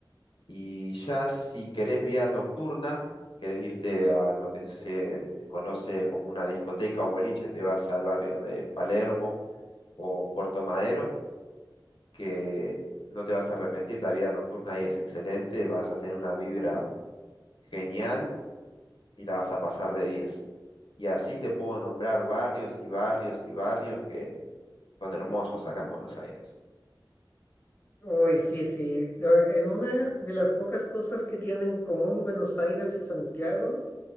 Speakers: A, on the left; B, on the left.
A: Y ya si querés vía nocturna, querés irte a lo que se conoce como una discoteca o boliche, te vas al barrio de Palermo o Puerto Madero, que no te vas a arrepentir. La vida nocturna ahí es excelente, vas a tener una vibra genial y la vas a pasar de diez Y así te puedo nombrar barrios y barrios y barrios que son hermosos acá en Buenos Aires.
B: Uy, sí, sí. Lo- En una de las pocas cosas que tienen en común Buenos Aires y Santiago